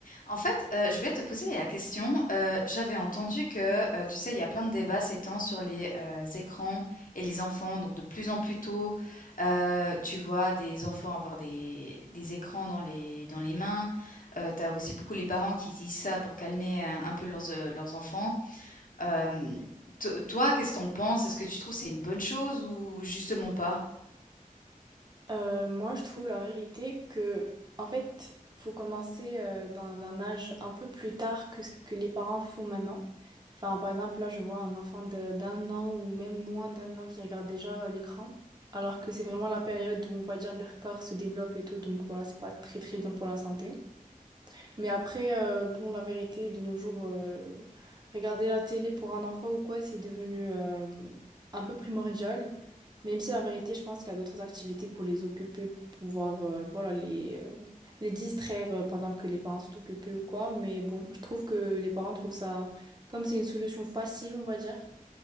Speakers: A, on the left (about 65°); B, on the right (about 30°).
A: En fait, heu, je voulais te poser la question, heu, j'avais entendu que, heu, tu sais, il y a plein de débats ces temps sur les, heu, écrans et les enfants, donc de plus en plus tôt, heu, tu vois des enfants avoir des des écrans dans les dans les mains. Heu, tu as aussi beaucoup les parents qui disent ça pour calmer un un peu leurs, heu, leurs enfants. Hem, to toi, qu'est-ce que tu penses? Est-ce que tu trouves que c'est une bonne chose ou justement pas?
B: Euh, moi, je trouve la vérité que, en fait, faut commencer euh, d'un, d'un âge un peu plus tard que ce que les parents font maintenant. Enfin, par exemple, là, je vois un enfant de- d'un an ou même moins d'un an qui regarde déjà euh, l'écran, alors que c'est vraiment la période où, on va dire, leur corps se développe et tout, donc voilà, c'est pas très très bien pour la santé. Mais après, euh, bon, la vérité, de nos jours, euh, regarder la télé pour un enfant ou quoi, c'est devenu euh, un peu primordial. Même si la vérité, je pense qu'il y a d'autres activités pour les occuper, pour pouvoir euh, voilà, les, euh, les distraire euh, pendant que les parents sont occupés ou quoi. Mais bon, je trouve que les parents trouvent ça, comme c'est une solution facile, on va dire.